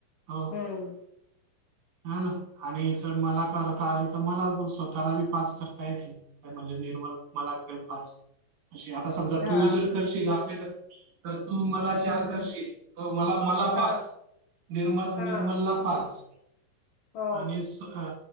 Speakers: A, on the right; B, on the left.
A: हो.
B: हम्म.
A: ह ना आणि जर मला करता आली तर मला स्वतःला बी पाच करता येतील. काय म्हणजे निर्मल मला केल पाच. अ आता समजा
B: हा.
A: तू जर करशील आपले तर तू मला चार करशील. हो मला मला पाच
B: हा.
A: निर्मल
B: हा.
A: निर्मलला पाच.
B: हो.
A: आणि अ